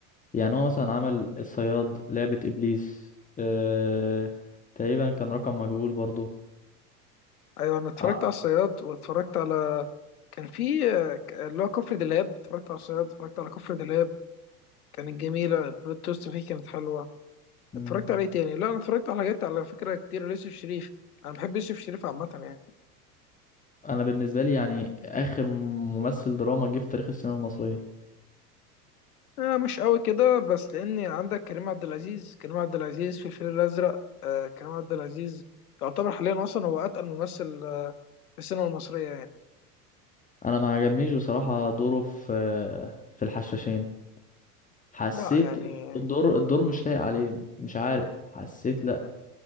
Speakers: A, on the left; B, on the left.
A: يعني هو مثلا عمل الصياد لعبة إبليس آه... تقريبا كان رقم مجهول برضو
B: ايوه انا اتفرجت
A: ع-
B: على الصياد واتفرجت على كان في آه، ك- اللي هو كفر دلهاب اتفرجت على الصياد اتفرجت على كفر دلهاب كانت جميله البلوت توست فيه كانت حلوه
A: مم.
B: اتفرجت على ايه تاني لا انا اتفرجت على حاجات على فكره كتير ليوسف شريف انا بحب يوسف شريف عامه يعني
A: أنا بالنسبة لي يعني آخر ممثل دراما جه في تاريخ السينما المصرية
B: آه مش قوي كده بس لاني عندك كريم عبد العزيز كريم عبد العزيز في الفيل الازرق آه كريم عبد العزيز يعتبر حاليا اصلا هو اتقل ممثل آه، في السينما المصريه يعني.
A: أنا ما عجبنيش بصراحة دوره في في الحشاشين حسيت
B: لا يعني
A: الدور الدور مش لايق عليه مش عارف حسيت لأ